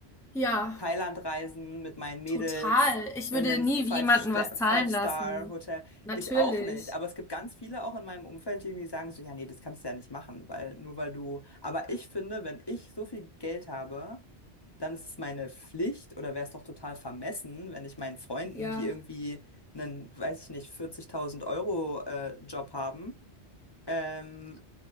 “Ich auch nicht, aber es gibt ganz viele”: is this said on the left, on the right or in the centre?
Left